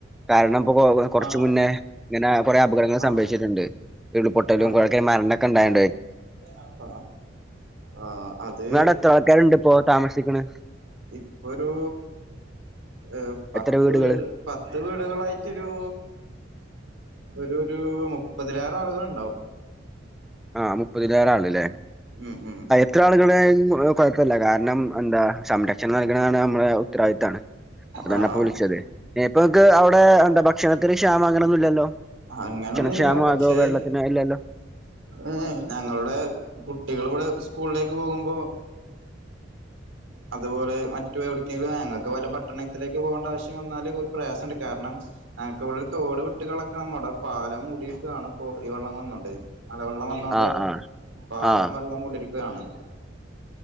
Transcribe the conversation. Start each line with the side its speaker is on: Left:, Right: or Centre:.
Centre: കാരണം <unintelligible> കൊർച്ച്
Right: ആ
Centre: മുന്നേ ങ്ങനെ കൊറേ അപകടങ്ങള്
Right: ആ
Centre: സംഭവിച്ചിട്ട്ണ്ട് ഉരുൾപൊട്ടലും
Right: ആ
Centre: കുറെക്ക മരണൊക്കെ ഉണ്ടായിണ്
Right: ആ
Centre: <unintelligible>
Right: ആഹ് അത്
Centre: ത്ര ആൾക്കാരുണ്ട് ഇപ്പോ താമസിക്കണേ
Right: ഇപ്പൊരൂ ഏ പത്ത്
Centre: എത്ര വീടുകള്
Right: വീട് പത്ത് വീടുകളായിട്ടൊരു ഒരു ഒരു മുപ്പതിലേറെ ആളുകുണ്ടാവും
Centre: ആ മുപ്പതിലേറെ ആളല്ലേ
Right: ഉം ഉം
Centre: എത്ര ആളുകൾ കൊഴപ്പില്ല കാരണം എന്താ സംരക്ഷണം നൽകുന്നതാണ് നമ്മുടെ ഉത്തരവാദിത്ത്തമാണ് അതന്ന
Right: ആഹ്
Centre: പ്പൊ വിളിച്ചത് ഇപ്പ നിക്ക് അവിടെ എന്താ ഭക്ഷണത്തിന് ക്ഷാമം അങ്ങനെൊന്നും ഇല്ലല്ലോ
Right: അങ്ങനെൊന്നുല്ല
Centre: ഭക്ഷണക്ഷാമോ
Right: പക്ഷെ
Centre: അതോ വെള്ളത്തിന് ഇല്ലല്ലോ
Right: ഏ ഞങ്ങളുടെ കുട്ടികൾ ഇവിടെ സ്കൂളിലേക്ക് പോകുമ്പോൾ അതുപോലെ മറ്റ് എവിടേക്കെങ്കിലും ഞങ്ങൾക്ക് ഇതുപോലെ പട്ടണത്തിലേക്ക് പോകേണ്ട ആവശ്യം വന്നാല് ഒരു പ്രയാസമുണ്ട് കാരണം ഞങ്ങൾക്ക് ഇവിടെ ഒരു തോട് വിട്ട് കളക്കണംമ്മടെ പാലം മൂടിയൊക്കാണ് ഇ ഈ വെള്ളം വന്നോണ്ട് മല വെള്ളം വന്നൊണ്ട്
Centre: ആഹ് ആഹ്
Right: പാലം
Centre: ആഹ്
Right: വെള്ളം കൂടിരുരിക്കുകയാണ്